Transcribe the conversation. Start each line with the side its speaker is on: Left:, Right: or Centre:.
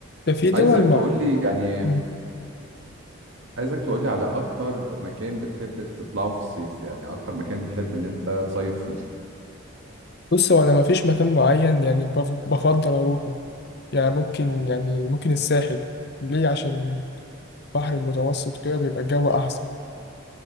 Left: ده في دول
Right: عايزك
Left: مع
Right: تقولي يعني
Left: مم.
Right: عايزك تقولي على أكتر مكان بتحب تطلعه في الصيف يعني أكتر مكان تحب إن أنت تصيف فيه
Left: بص هو انا ما فيش مكان معين يعني بف- بفضل اروحه يعني ممكن يعني ممكن الساحل ليه عشان البحر المتوسط كده بيبقى الجو احسن